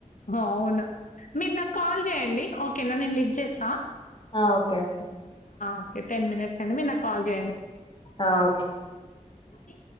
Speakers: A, on the left; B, on the left.
A: అవును మీరు నాకు కాల్ చేయండి ఓకేనా నేను లిఫ్ చేస్తా
B: ఆ okay okay
A: okay ten minutes అండి మీరు నాకు కాల్ చేయండి
B: ఆ ఓకే
A: ఉన్నది